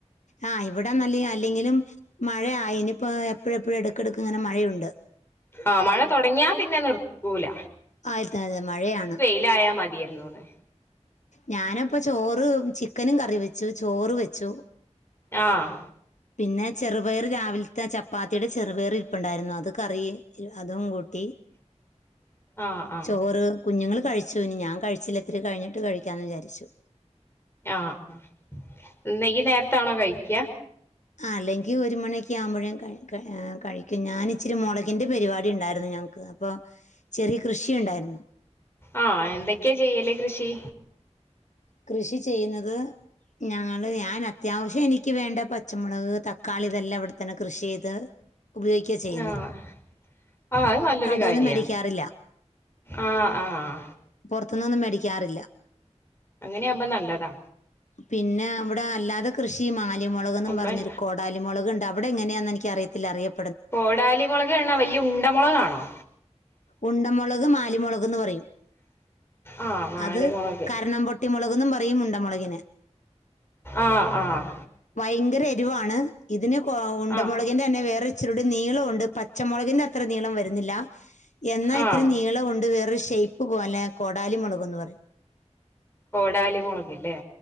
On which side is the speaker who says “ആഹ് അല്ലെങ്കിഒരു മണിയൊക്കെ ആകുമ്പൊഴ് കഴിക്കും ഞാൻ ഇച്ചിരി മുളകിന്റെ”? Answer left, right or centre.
Left